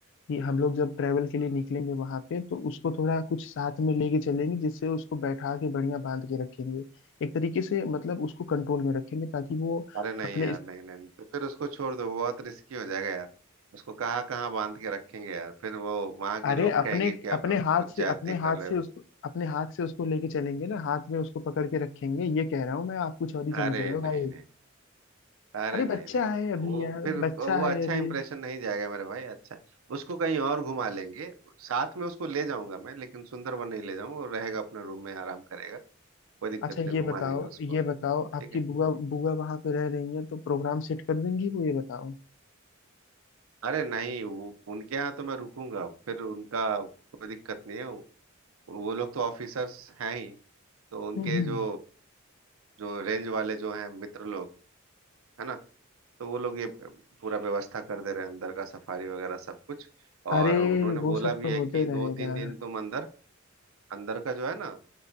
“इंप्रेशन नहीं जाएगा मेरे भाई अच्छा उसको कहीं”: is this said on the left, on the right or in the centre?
Right